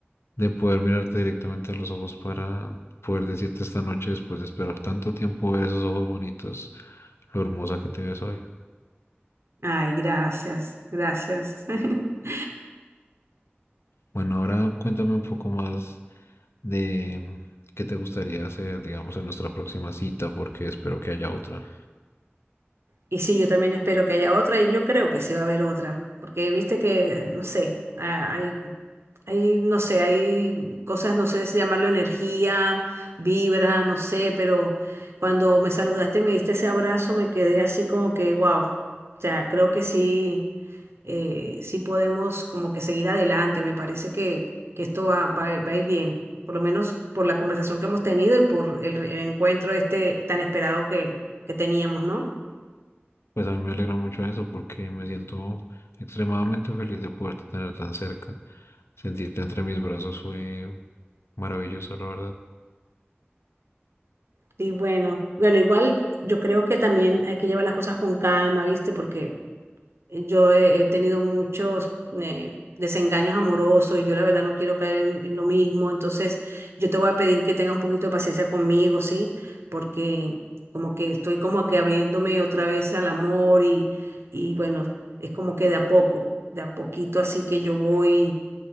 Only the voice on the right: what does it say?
Ay, gracias, gracias. <laughs>
Y sí, yo también espero que haya otra y yo creo que sí va a haber otra, porque viste que, no sé, ah, hay, hay, no sé, hay cosas, no sé si llamarlo energía, vibra, no sé, pero cuando me saludaste, me diste ese abrazo, me quedé así como que, wow, o sea, creo que sí, eh, sí podemos como que seguir adelante, me parece que, que esto va, va, a ir va a ir bien, por lo menos por la conversación que hemos tenido y por el, el encuentro este tan esperado que, que teníamos, ¿no?
Y bueno, bueno, igual yo creo que también hay que llevar las cosas con calma, ¿viste? Porque yo he, he tenido muchos eh, desengaños amorosos y yo la verdad no quiero caer en, en lo mismo. Entonces, yo te voy a pedir que tengas un poquito de paciencia conmigo, ¿sí? Porque como que estoy como que abriéndome otra vez al amor y, y bueno, es como que de a poco, de a poquito así que yo voy